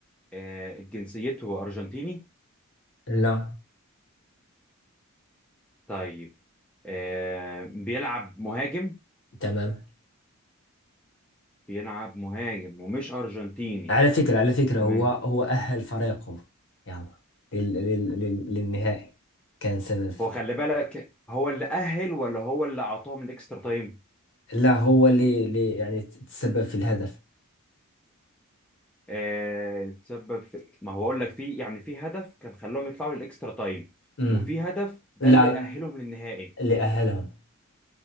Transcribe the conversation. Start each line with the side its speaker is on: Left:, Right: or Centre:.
Centre: آه... جنسيته ارجنتيني
Left: لا
Centre: طيب آه... بيلعب مهاجم
Left: تمام
Centre: بيلعب مهاجم ومش ارجنتيني
Left: على فكرة على فكرة
Centre: تمام
Left: هو هو أهل فريقه يعني لل لل لل للنهائي كان سبب
Centre: هو خلي بالك هو اللي أهل ولا هو اللي أعطاهم الإكسترا تايم؟
Left: لا هو اللي اللي يعني تسبب في الهدف
Centre: آه تسبب في ما هو أقول لك في يعني في هدف كان خلاهم يطلعوا للإكسترا تايم
Left: امم
Centre: وفي هدف ده
Left: لا
Centre: اللي أهلهم للنهائي
Left: اللي أهلهم